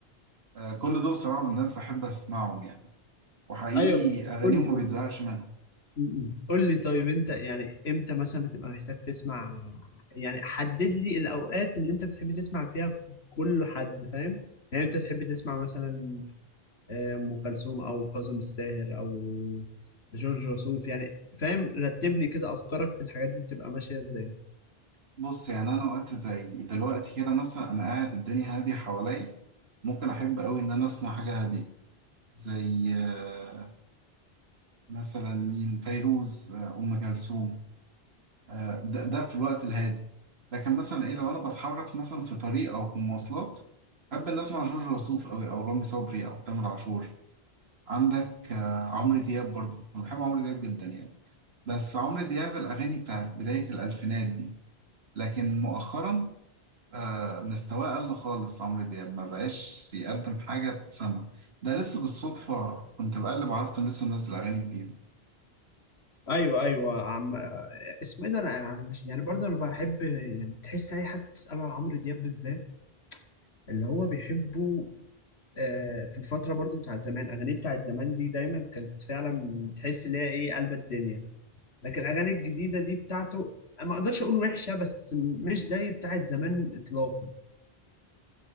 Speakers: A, on the right (about 75°); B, on the left (about 85°).
A: آه، كل دول صراحة من الناس بحب أسمعهم يعني وحقيقي
B: ايوه بس
A: أغانيهم
B: قول لي قول
A: ما بتزهقش
B: لي
A: منها
B: م-م. قول لي طيب انت يعني امتى مثلا بتبقى محتاج تسمع يعني حدد لي الاوقات اللي انت بتحب تسمع فيها كل حد فاهم يعني انت تحب تسمع مثلا آه، ام كلثوم او كاظم الساهر او جورج وسوف يعني فاهم رتب لي كده افكارك في الحاجات دي بتبقى ماشية ازاي
A: بص يعني أنا وقت زي دلوقتي كده مثلا أنا قاعد الدنيا هادية حواليا ممكن أحب أوي إن أنا أسمع حاجة هادية زي آه، مثلا مين فيروز آه، أم كلثوم آه، ده, ده في الوقت الهادي لكن مثلا إيه لو أنا بتحرك مثلا في طريق أو في مواصلات أحب إن أسمع جورج وسوف أوي أو رامي صبري أو تامر عاشور عندك آه، عمرو دياب برضه أنا بحب عمرو دياب جدا يعني بس عمرو دياب الأغاني بتاعت بداية الألفينات دي لكن مؤخرا آه مستواه قل خالص عمرو دياب ما بقاش يقدم حاجة تتسمع ده لسه بالصدفة كنت بقلب عرفت إن لسه منزل أغاني جديدة
B: ايوه ايوه عم اسمه ايه ده انا أنا مش يعني برضه انا بحب يعني تحس اي حد تساله على عمرو دياب بالذات اللي هو بيحبه آه، في الفتره برضه بتاعت زمان اغانيه بتاعت زمان دي دايما كانت فعلا تحس ان هي ايه قلب الدنيا لكن الاغاني الجديده دي بتاعته ما اقدرش اقول وحشه بس مش زي بتاعت زمان اطلاقا